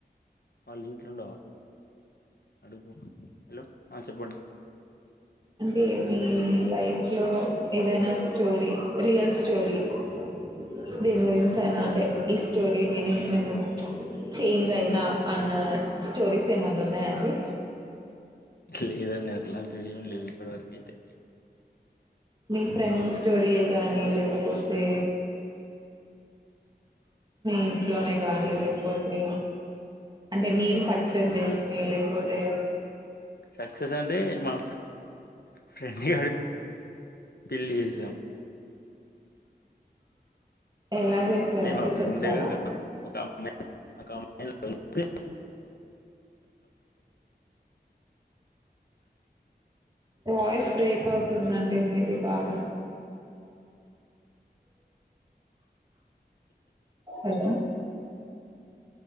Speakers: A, on the left; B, on the right.
A: వాళ్ళ ఇంట్లోండవ అడుపు హలో ఆ చెప్పండి
B: అంటే మీ లైఫ్ లో ఏదైన స్టోరీ రియల్ స్టోరీ <unintelligible> అంటే ఈ స్టోరీ విని ఏమైన చేంజ్ అయిన అన్న స్టోరీస్ ఏమన్నా ఉన్నాయాండి
A: లేదండి అట్లాంటివి ఏమి లేవు ఇప్పటి వరక అయితే
B: మీ ఫ్రెండ్ స్టోరీయే గానీ లేకపోతే ఇంట్లోనే గాని లేకపోతే అంటే మీరు సక్సెస్ చేసే లేకపోతే
A: సక్సెస్ అంటే మా ఫ్రెండ్ గడి పెళ్లి చేసాం
B: ఎలా చేసారండి
A: అంటే మా ఫ్రెండ్
B: చెప్తార
A: ఒక అమ్మాయి ఒక అమ్మాయి
B: వాయిస్ బ్రేక్ అవుతుందండి మీది బాగ అ అ